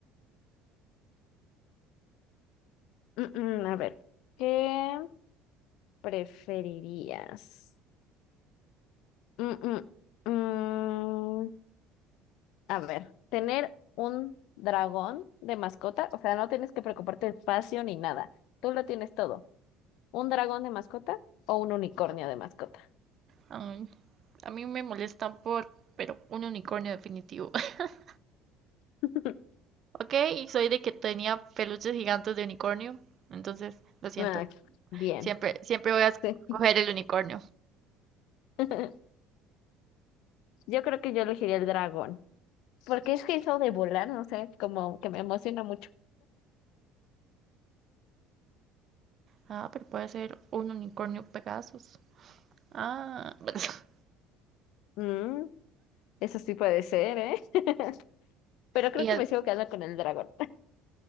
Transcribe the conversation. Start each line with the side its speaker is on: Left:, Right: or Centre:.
Left: Mm, mm, a ver, ¿qué preferirías? Mm, mm, mm, a ver, tener un dragón de mascota, o sea, no tienes que preocuparte de espacio ni nada, tú lo tienes todo. ¿Un dragón de mascota o un unicornio de mascota?
Right: Ay, a mí me molestan por, pero un unicornio definitivo. <laughs>
Left: <laughs>
Right: Ok, y soy de que tenía peluches gigantes de unicornio, entonces lo siento.
Left: Ah, bien,
Right: Siempre, siempre voy a escoger
Left: sí.
Right: el unicornio.
Left: <laughs> Yo creo que yo elegiría el dragón, porque es que eso de volar, no sé, como que me emociona mucho.
Right: Ah, pero puede ser un unicornio Pegasus. Ah, <laughs>
Left: Mm, eso sí puede ser, ¿eh? <laughs> Pero creo
Right: y
Left: que
Right: el-
Left: me sigo quedando con el dragón.